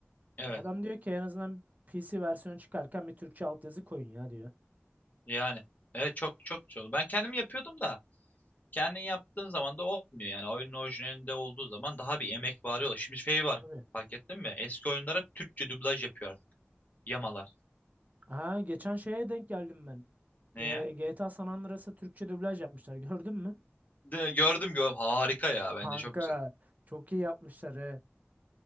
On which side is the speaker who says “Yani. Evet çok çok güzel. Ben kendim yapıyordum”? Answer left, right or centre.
Left